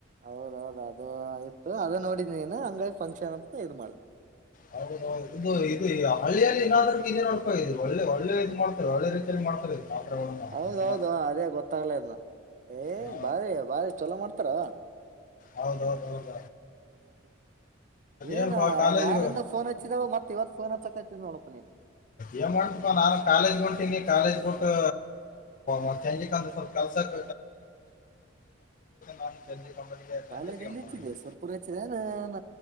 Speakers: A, on the right (about 40°); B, on the left (about 40°).
A: ಹೌದೌದ ಅದು ಆಯ್ತು ಅದ ನೋಡಿದ್ ನೀನು ಹಂಗಾಗಿ ಫಂಕ್ಷನ್ ಅಂತ ಇದ ಮಾಡಳ
B: ಹೌದೌದು ಇದು ಇದು ಹಳ್ಳಿಯಲ್ಲಿ ಏನಾದ್ರೂ ಇ ನೋಡ್ಕಾ ಇದು ಒಳ್ಳೆ ಒಳ್ಳೆ ಇದು ಮಾಡ್ತಾರೆ ಒಳ್ಳೆ ರೀತಿಯಲ್ಲಿ ಮಾಡ್ತಾರೆ ಪಾತ್ರಗಳನ್ನ
A: ಹೌದೌದು
B: ಜನ
A: ಅದೇ ಗೊತ್ತಾಗ್ಲ ಇದ್ನ ಏ
B: ಹಾ
A: ಬಾರಿ ಬಾರಿ ಚೊಲೋ ಮಾಡ್ತಾರ
B: ಹೌದೌದ ಹೌದ
A: ಹ ಮತ್ತೆ ಏನ್
B: ಏನಪ್ಪಾ ಕಾಲೇಜ್ಗೆ
A: ಒಂದ್ ವಾರಿಂದ ಫೋನ್ ಹಚ್ಚಿದಾವ ಮತ್ತೆ ಇವತ್ತು ಫೋನ್ ಹ ೋಪ್ಪ ನೀನು
B: ಏನ್ ಮಾಡ್ತಪಾ ನಾನು ಕಾಲೇಜ್ ಹೊಂಟೀನಿ ಕಾಲೇಜ್ ಬಿಟ್ಟು ಮತ್ತ ಹೆಜಿಕ್ ಅಂದ ಸ್ವಲ್ಪ ಕೆಲ್ಸಕ್ ನಾನು ಸಂಜಿಕ್
A: ಹ್ಮ
B: ಒಂಬತ್ತಿಗೆ ಟೈಮ್
A: ಕಾಲೇಜ್ಲ್ಲಿ
B: ಸಿಗಲ್ಲಪಾ
A: ಹೆಚ್ಚಿದೆ
B: ನನಗೆ
A: ಸುರ್ಪುರ ಹೆಚ್ಚಿದೆ ನಾನ